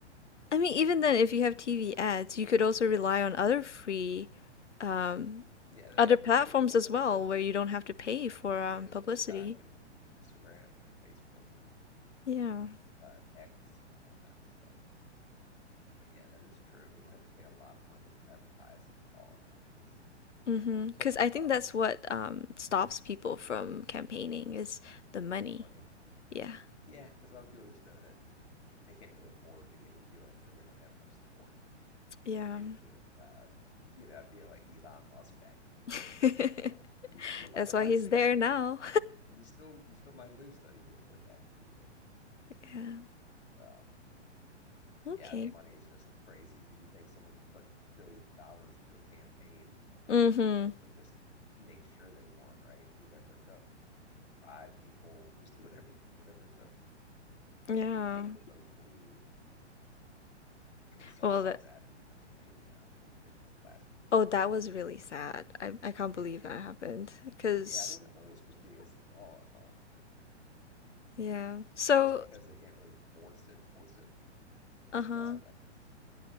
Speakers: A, on the left; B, on the left.
A: I mean, even then, if you have TV ads, you could also rely on other free, um,
B: Yeah, there's
A: other
B: YouTube
A: platforms as
B: and
A: well, where you don't have to pay for um,
B: yeah, there's
A: publicity.
B: TikTok and Instagram and Facebook and
A: Yeah.
B: uh, X and all kinds of stuff. But yeah, that is true. We don't have to pay a lot of money for advertising at all nowadays.
A: Mm-hmm. Cause
B: Um,
A: I think that's what, um, stops people from campaigning is the money.
B: money,
A: Yeah.
B: yeah, because a lot of people just know that they can't really afford to get into it, or they don't have enough support
A: Yeah.
B: to get into it. Uh, you know, if you have like Elon Musk backing you, for
A: <laughs>
B: example, it's a lot
A: That's
B: easier
A: why he's there now.
B: and you still you still might lose though, even with them backing you. But
A: Yeah,
B: um,
A: okay.
B: yeah, the money is just crazy because you think someone could put billions of dollars into a campaign
A: Mhm.
B: and just make sure they won, right? Do whatever it took, bribe people, just do whatever whatever it took,
A: Yeah.
B: pay people to vote for you. Which we saw
A: Well,
B: some
A: that
B: of that in Pennsylvania, I think, this last election.
A: oh, that was really sad. I I can't
B: Yeah,
A: believe that happened. Cause
B: yeah, I think I thought it was supposed to be against the law. I thought, but
A: yeah. So
B: I guess because they can't really force it, force it, so it's
A: uh-huh.
B: allowed. I guess.